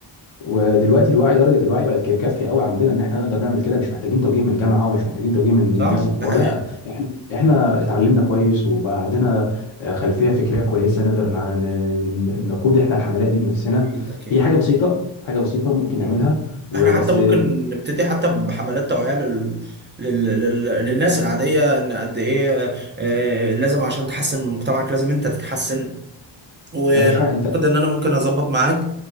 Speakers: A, on the left (about 80°); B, on the right (about 25°).
A: ودلوقتي الوعي درجه الوعي بقت ك- كافيه قوي عندنا ان احنا نقدر نعمل كده مش محتاجين توجيه من الجامعه ومش محتاجين توجيه من الناس
B: صح
A: الكبار
B: ده حقيقي
A: لا احنا احنا اتعلمنا كويس وبقى عندنا آه، خلفيه فكريه كويسه نقدر نع- ن- ن- نقود احنا الحملات دي بنفسنا
B: اكيد اكيد
A: هي حاجه بسيطه حاجه بسيطه ممكن
B: مم.
A: نعملها وبس
B: احنا حتى ممكن نبتدي حتى بحملات توعيه لل... لل... لل... للناس العاديه ان قد ايه آه، لازم عشان تحسن من مجتمعك لازم انت تتحسن واعتقد
A: يا باشا انت
B: ان انا ممكن اظبط معاك